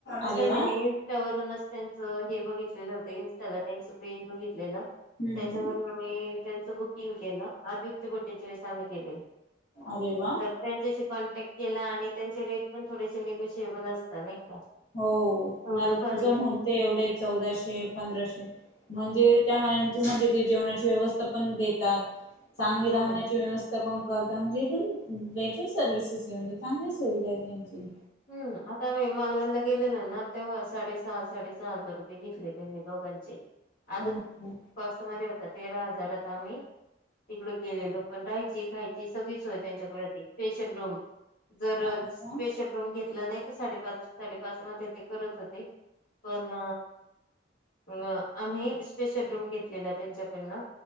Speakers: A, on the left (about 45°); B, on the left (about 80°).
A: तर
B: अरे
A: त्यांनी
B: वा
A: मी त्यावरूनच त्यांच हे बघितलेलं होत इन्स्टाला त्यांच पेज बघितलेलं
B: हम्म
A: त्याच्यावरून
B: हम्म.
A: त्यांचं बुकिंग केलं आधच्या बुड्याच्या वेस आम्ही केलेले
B: अरे वा
A: त्यांच्याशी कॉन्टॅक्ट केला आणि त्यांचे रेट पण थोडेसे निगोशिएबल असत नाही का
B: हो
A: थोडंफार
B: ना तर तुझं
A: इकडे
B: म्हणते
A: तिकडे
B: एवढे चौदाशे पंधराशे म्हणजे त्या मनाने तुम्हाला तिथे जेवणाची व्यवस्था पण देतात. चांगली
A: हम्म
B: राहण्याची व्यवस्था पण करत म्हणजे एकदम बेटर सर्विसेस आहे म्हणजे चांगली सुविधा आहे त्यांची.
A: हम्म! आता आम्ही मालवणला गेलेलो ना तेव्हा साडे सहा साडेसहा हजार रुपये घेतले त्यांनी दोघांचे. <inaudible>
B: ओके
A: फर्स्ट मध्ये होता तेरा हजारात आम्ही तिकड गेलेलो पण राहायची खायची. ती सगळी सोय त्यांच्याकडे होती. स्पेशल जर
B: अरे वा.
A: स्पेशल रूम घेतला नाही तर साडेपाच साडेपाच मध्ये ते करत होते पण अ आम्ही स्पेशल रूम घेतलेला त्यांच्याकडन